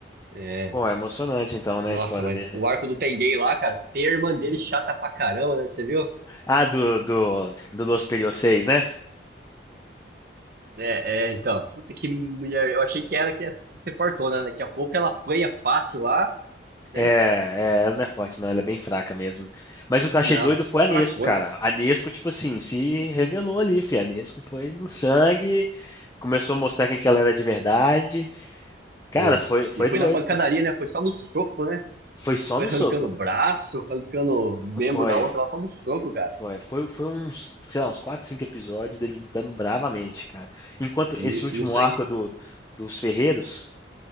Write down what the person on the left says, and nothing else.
Bom, é emocionante então, né,
a história
dele.
Ah, do, do, do Los Period 6, né?
É, é, ela não é forte, não, ela é bem fraca mesmo. Mas o que eu achei
doido foi a Nesco,
cara. A Nesco, tipo assim, se revelou ali, fi. A Nesco foi no sangue, começou a mostrar quem que ela era de verdade. Cara,
foi, foi
doido,
cara.
Foi só
no
soco.
Foi,
foi, foi, foi uns, sei lá, uns 4, 5 episódios deles lutando bravamente, cara. Enquanto
esse último
arco do, dos Ferreiros,